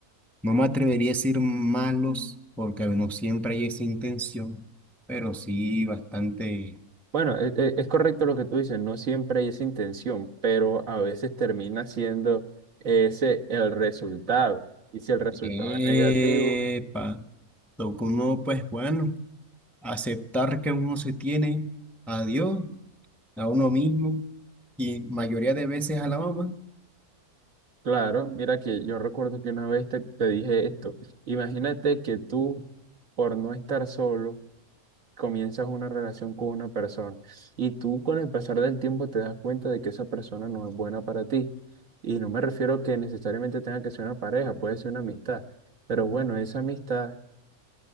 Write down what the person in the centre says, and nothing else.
no me atrevería a decir malos, porque no siempre hay esa intención, pero sí bastante.
Epa,
toca uno, pues bueno, aceptar que uno se tiene a Dios, a uno mismo, y mayoría de veces a la mamá.